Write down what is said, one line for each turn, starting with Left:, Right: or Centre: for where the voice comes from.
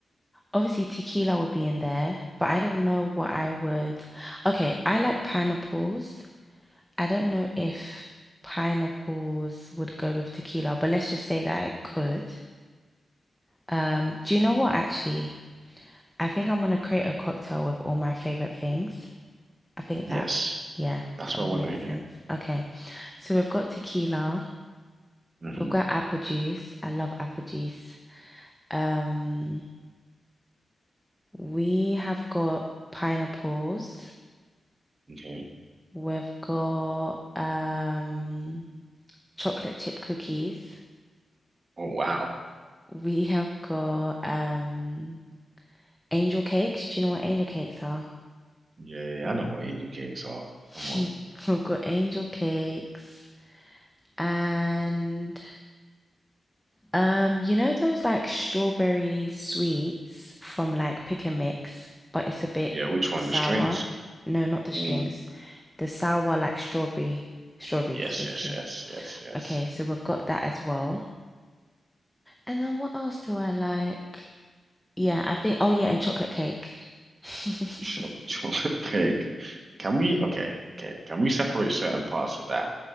Centre: obviously tequila would be in there, but I don't know what I would. Okay, I like pineapples. I don't know if pineapples would go with tequila, but let's just say that I could. Um, do you know what actually? I think I'm gonna create a cocktail with all my favorite things. I think
Right: Yes,
Centre: that, yeah,
Right: that's
Centre: that
Right: what
Centre: would
Right: I want
Centre: make
Right: to
Centre: sense.
Right: hear.
Centre: Okay. So we've got tequila,
Right: hmm
Centre: we've got apple juice. I love apple juice. Um, we have got pineapples.
Right: Okay.
Centre: We've got um chocolate chip cookies.
Right: Oh wow.
Centre: We have got um angel cakes. Do you know what angel cakes are?
Right: Yeah, yeah, yeah. I know what angel cakes are.
Centre: <laughs>
Right: Come on.
Centre: We've got angel cakes. And um, you know those like strawberry sweets from like Pick and Mix, but it's a bit
Right: Yeah, which
Centre: sour.
Right: one? The strings.
Centre: No, not the strings.
Right: Ooh.
Centre: The sour like strawberry strawberries
Right: Yes,
Centre: basically.
Right: yes, yes, yes, yes.
Centre: Okay, so we've got that as well. And then what else do I like? Yeah, I think oh yeah, and chocolate cake. <laughs>
Right: Cho- chocolate cake. <laughs> Can we, okay, okay, can we separate certain parts of that